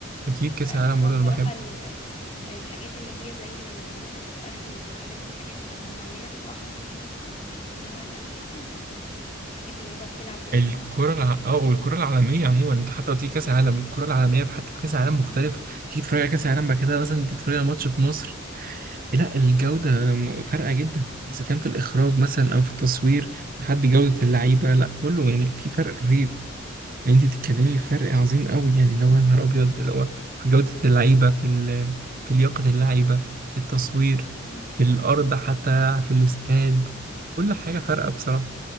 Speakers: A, on the right (about 45°); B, on the left (about 30°).
A: أكيد كأس
B: آه،
A: العالم
B: انما
A: برضه
B: بصراحه
A: أنا بحبه
B: الحاجات اللي هي زي ال- الأهلي والزمالك والحاجات المحلية بصراحة مش بشوفها إنما الأساسي اللي هي الحاجات اللي هي بقى بتلعب باسم
A: الكرة
B: مصر
A: الع... اه والكرة العالمية عموما انت حتى لو تيجي كأس العالم الكرة العالمية في حتى في كأس العالم
B: امم
A: مختلف تيجي تتفرج على كأس العالم بعد كده مثلا تتفرج على ماتش في مصر لا الجودة م- فارقة جدا إذا كان في الإخراج مثلا أو في التصوير لحد جودة اللعيبة
B: امم
A: لا كله يعني في فرق رهيب اللي انت بتتكلمي في فرق عظيم قوي يعني اللي هو يا نهار أبيض اللي هو في جودة اللعيبة في ال... في لياقة اللعيبة في التصوير
B: أمم.
A: في الأرض حتى في الاستاد كل حاجة فارقة بصراحة